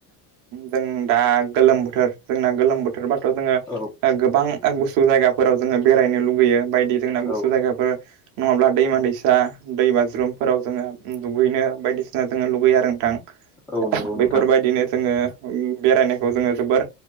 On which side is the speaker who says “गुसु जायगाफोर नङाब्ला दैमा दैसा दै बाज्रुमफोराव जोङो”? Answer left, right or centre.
Right